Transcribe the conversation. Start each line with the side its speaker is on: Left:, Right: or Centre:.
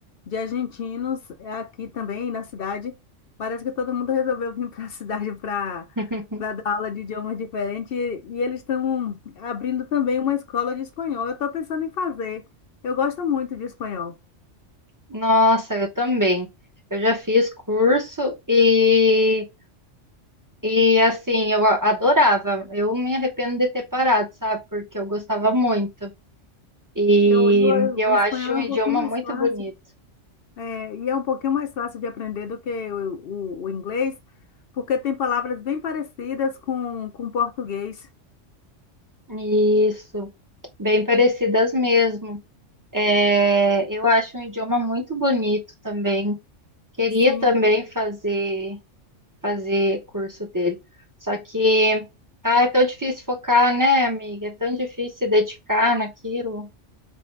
Left: de argentinos aqui também na cidade. Parece que todo mundo resolveu vir para a <laughs> cidade para
Right: <laughs>
Left: para dar aula de idiomas diferentes e eles estão abrindo também uma escola de espanhol. Eu estou pensando em fazer. Eu gosto muito de espanhol.
Right: Nossa, eu também. Eu já fiz curso e, e assim, eu a- adorava. Eu me arrependo de ter parado, sabe? Porque eu gostava muito. E
Left: Eu, eu-
Right: eu
Left: o espanhol
Right: acho um
Left: é
Right: idioma
Left: um pouquinho mais
Right: muito
Left: fácil,
Right: bonito.
Left: é, e é um pouquinho mais fácil de aprender do que o, o- o inglês, porque tem palavras bem parecidas com, com o português.
Right: Isso, bem parecidas mesmo. É, eu acho um idioma muito bonito também. Queria
Left: Sim,
Right: também
Left: é
Right: fazer. fazer curso dele. Só que, ah, é tão difícil focar, né, amiga? É tão difícil se dedicar naquilo.